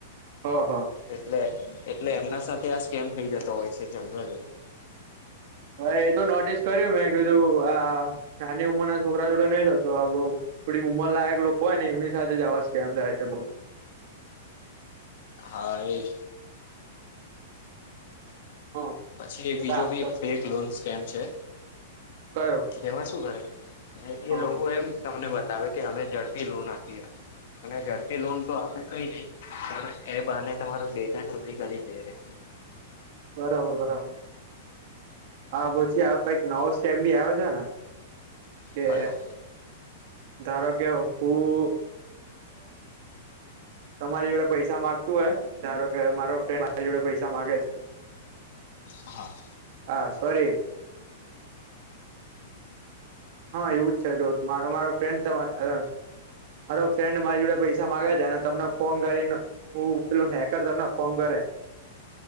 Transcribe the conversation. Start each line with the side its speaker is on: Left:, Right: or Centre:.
Right: હા હા
Left: એટલે એટલે એમના સાથે આ સ્કેમ થઈ જ તો હોય છે, જનરલી
Right: હા એ તો નોટિસ કર્યું મેં કીધું આ નાની ઉંમર ના છોકરા જોડે નઈ થતુ આ બઉ થોડી ઉંમરલાયક લોકો હોય ને એમની સાથે જ આવા સ્કેમ થાય છે બઉ.
Left: હા એ જ.
Right: હા
Left: પછી એક બીજો
Right: દાખલો
Left: બી બેેેંક લોન સ્કેમ છે.
Right: કયો
Left: તેમાં શું કરે
Right: હા
Left: એ લોકો
Right: હા
Left: એમ તમને બતાવે કે અમે ઝડપી લોન આ અને ઝડ પી લોન તો આપે કઈ નહી પણ એ બાને તમારો ડેટા ચોરી કરી લ્યે
Right: બરાબર બરાબર હા પછી કઈક નવો સ્ટેપ ભી આવો છે ને કે
Left: કયો
Right: ધારોકે હું તમારી જોડે પૈસા માગતું હોય ધારો કે મારો ફ્રેન્ડ મારી જોડે પૈસા માગે છે.
Left: હા.
Right: હા સોરી. હા એવું જ છે જો મારો મારો ફ્રેન્ડ તમા મારો ફ્રેન્ડ મારી જોડે પૈસા માગે છે ને તમને ફોન કરીને હું પેલો હેકર તમને ફોન કરે